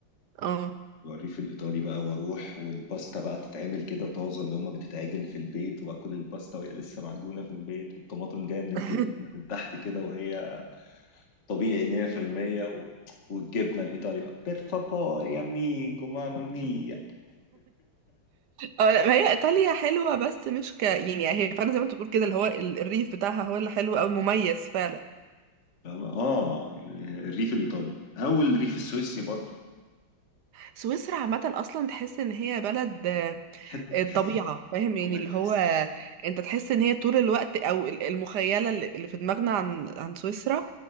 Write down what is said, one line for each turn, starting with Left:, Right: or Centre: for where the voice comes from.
Right: اه
Left: والريف الايطالي بقى واروح والباستا بقى تتعمل كده طازه اللي هم بتتعجن في البيت واكل الباستا وهي لسه معجونه في البيت والطماطم جايه من الجنينه
Right: <laughs>
Left: من تحت كده وهي طبيعي 100% و... والجبنه الايطالي بقى بير فابور يا ميجو ماما ميا
Right: اه لا، ما هي ايطاليا حلوه بس مش ك يعني هي فعلا زي ما انت بتقول كده اللي هو ال- الريف بتاعها هو اللي حلو قوي مميز فعلا
Left: فاهم؟ اه الريف الايطالي او الريف السويسري برضه
Right: سويسرا عامة أصلا تحس إن هي بلد آه،
Left: حته
Right: الطبيعة فاهم يعني
Left: والله
Right: اللي
Left: تحس
Right: هو أنت تحس إن هي طول الوقت أو ال- المخيلة اللي اللي في دماغنا عن عن سويسرا